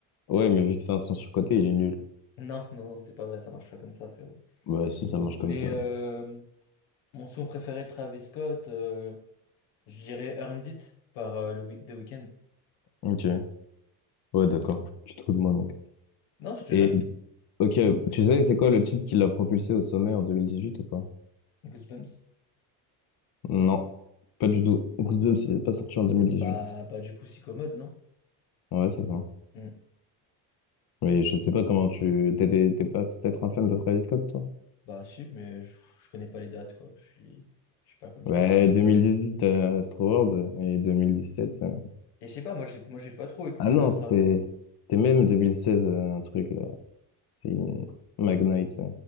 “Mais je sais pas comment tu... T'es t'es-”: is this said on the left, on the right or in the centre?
Left